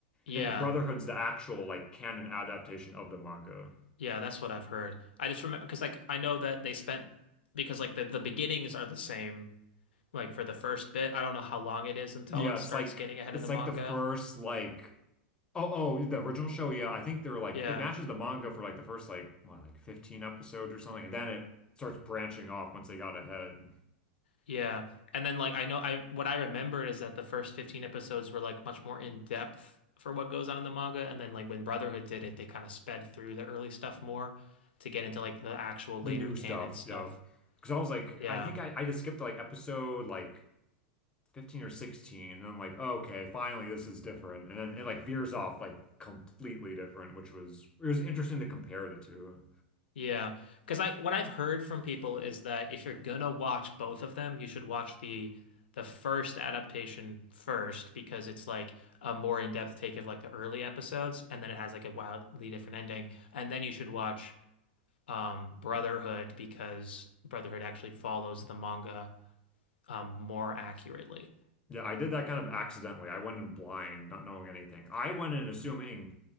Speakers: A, on the left; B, on the left.
A: Yeah.
B: and the Brotherhood's the actual like canon adaptation of the manga.
A: Yeah, that's what I've heard. I just remember because like I know that they spent because like the the beginnings are the same like for the first bit. I don't know how long it is until
B: Yeah,
A: it starts
B: it's like
A: getting ahead
B: it's
A: of the manga.
B: like the first like. Oh, oh, the original show, yeah. I think they're like
A: Yeah.
B: it matches the manga for like the first like what, like 15 episodes or something, and then it starts branching off once they got ahead.
A: Yeah. And then like I know I what I remembered is that the first 15 episodes were like much more in depth for what goes on in the manga and then like when Brotherhood did it they kind of sped through the early stuff more to get into like the actual later
B: The new
A: canon
B: stuff,
A: stuff.
B: yeah. Because I was like,
A: Yeah.
B: I think I, I just skipped like episode like 15 or 16, and I'm like, oh, okay, finally this is different. And then it like veers off like completely different, which was it was interesting to compare the two.
A: yeah, because I what I've heard from people is that if you're gonna watch both of them, you should watch the the first adaptation first because it's like a more in-depth take of like the early episodes and then it has like a wildly different ending and then you should watch um, Brotherhood because Brotherhood actually follows the manga um, more accurately.
B: Yeah, I did that kind of accidentally. I went in blind, not knowing anything. I went in assuming